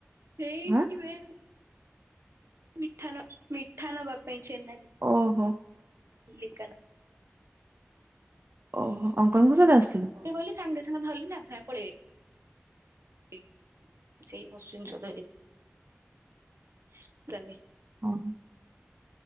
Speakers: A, on the right; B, on the right.
A: ସେଇଠିକି
B: ହାଁ।
A: ବେ। ମିଠା ନ ମିଠା ନବା ପାଇଁ ଚେନ୍ନାଇ।
B: ଓହୋ।
A: କିଲେ କାର।
B: ଓହୋ! ଅଙ୍କଲଙ୍କ ସହିତ ଆସିଥିଲୁ?
A: ଗଲି ସାଙ୍ଗେ ସାଙ୍ଗେ ଧରଲି ସାଙ୍ଗ ସାଙ୍ଗେ ପଳେଇ ଆଇଲି। ସେଇ ଅଶ୍ୱିନ ସହିତ ଯାଇଥିଲି। <unintelligible>
B: ଓହୋ।